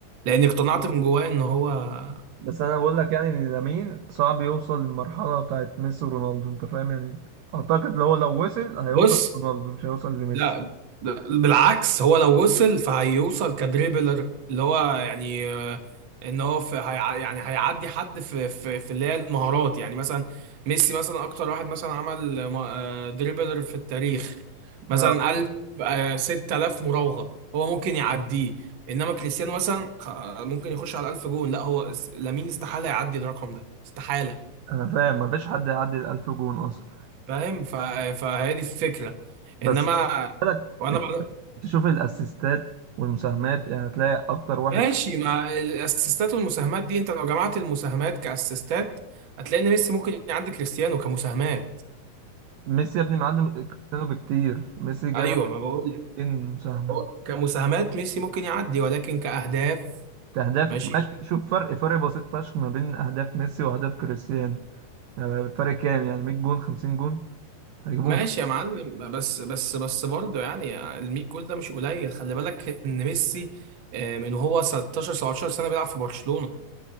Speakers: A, on the right; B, on the right.
A: لان اقتنعت من جوايا ان هو
B: بس انا بقول لك يعني ان لامين صعب يوصل للمرحله بتاعت ميسي ورونالدو انت فاهم يعني اعتقد لو لو وصل هيوصل
A: بص
B: لرونالدو مش هيوصل لميسي
A: لا بالعكس هو لو وصل فهيوصل كدريبلر اللي هو يعني ان هو في هيع... يعني هيعدي حد في في في اللي هي المهارات يعني مثلا ميسي مثلا اكتر واحد مثلا عمل م- آه، دريبلر في التاريخ مثلا
B: آه.
A: قال آه، 6000 مراوغة هو ممكن يعديه انما كريستيانو مثلا خ- ممكن يخش على 1000 جون لا هو اس- لامين استحالة يعدي الرقم ده استحالة
B: انا فاهم مفيش حد يعدي ال 1000 جون اصلا
A: فاهم ف... فهي دي الفكرة
B: بس
A: انما وانا
B: انت
A: بقى...
B: تشوف الاسيستات والمساهمات يعني هتلاقي اكتر
A: <laughs>
B: واحد
A: ماشي مع الاسيستات والمساهمات دي انت لو جمعت المساهمات كاسيستات هتلاقي ان ميسي ممكن يعدي كريستيانو كمساهمات
B: ميسي يا ابني معدي كريستيانو بكتير ميسي جاب
A: ايوه ما بقول لك
B: 2000 مساهمة
A: هو كمساهمات ميسي ممكن يعدي ولكن كاهداف
B: كأهداف
A: ماشي
B: ماشي شوف فرق فرق بسيط فشخ ما بين أهداف ميسي وأهداف كريستيانو يعني فرق كام يعني 100 جون 50 جون هيجيبهم
A: ماشي
B: في-
A: يا معلم بس بس بس برضه يعني ال 100 جول ده مش قليل خلي بالك ان ميسي آه، من هو 16 17 سنه بيلعب في برشلونه